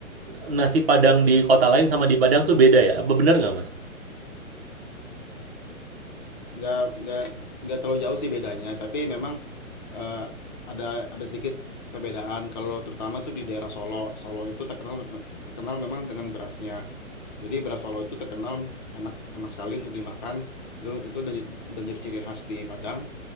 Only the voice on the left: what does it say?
nggak nggak nggak terlalu jauh sih bedanya tapi memang eh, ada ada sedikit perbedaan kalau terutama tuh di daerah Solo Solo itu terkenal terkenal memang dengan berasnya jadi beras Solo itu terkenal enak enak sekali untuk dimakan itu itu udah, udah menjadi ciri khas di Padang